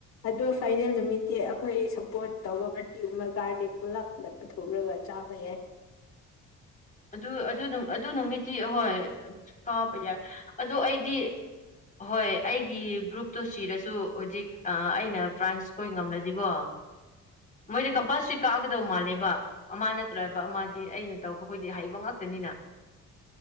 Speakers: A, on the left; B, on the left.
A: ꯑꯗꯣ ꯐꯥꯏꯅꯦꯜ ꯅꯨꯃꯤꯠꯇꯤ ꯑꯩꯈꯣꯏ ꯁꯞꯄꯣ꯭ꯔꯠ ꯇꯧꯕ ꯚꯔꯇꯤꯒꯨꯝꯕ ꯀꯥꯔꯅꯤ ꯄꯨꯂꯞꯗ ꯄꯨꯊꯣꯛꯔꯒ ꯆꯥꯕ ꯌꯥꯏ
B: ꯑꯗꯨ ꯑꯗꯨ ꯑꯗꯨ ꯅꯨꯃꯤꯠꯇꯤ ꯑꯍꯣꯏ ꯀꯥꯕ ꯌꯥꯏ ꯑꯗꯣ ꯑꯩꯗꯤ ꯍꯣꯏ ꯑꯩꯒꯤ ꯒ꯭ꯔꯨꯞꯇꯣ ꯁꯤꯔꯁꯨ ꯍꯨꯖꯤꯛ ꯑꯩꯅ ꯐ꯭ꯔꯥꯟꯁꯈꯣꯏ ꯉꯝꯂꯗꯤꯀꯣ ꯃꯣꯏꯗꯤ ꯀꯝꯄꯜꯁ꯭ꯔꯤ ꯀꯒꯗꯧ ꯃꯥꯜꯂꯦꯕ ꯑꯃ ꯅꯠꯇ꯭ꯔꯒ ꯑꯃꯗꯤ ꯑꯩꯅ ꯇꯧꯕ ꯃꯣꯏꯗꯤ ꯑꯍꯩꯕ ꯉꯥꯛꯇꯅꯤꯅ